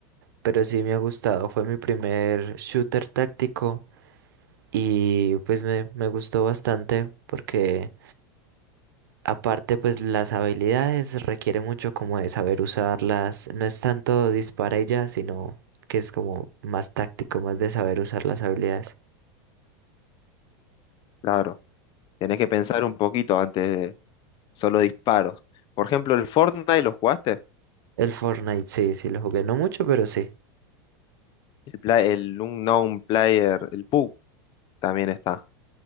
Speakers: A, on the right (about 80°); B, on the left (about 45°).
A: pero sí me ha gustado. Fue mi primer shooter táctico y pues me, me gustó bastante porque... Aparte, pues las habilidades requiere mucho como de saber usarlas. No es tanto dispara y ya, sino que es como más táctico, más de saber usar las habilidades.
B: Claro, tenés que pensar un poquito antes de solo disparos. Por ejemplo, el Fortnite, ¿lo jugaste?
A: El Fortnite sí, sí lo jugué, no mucho, pero sí,
B: El, pla- el Unknown Player, el PUBG también está.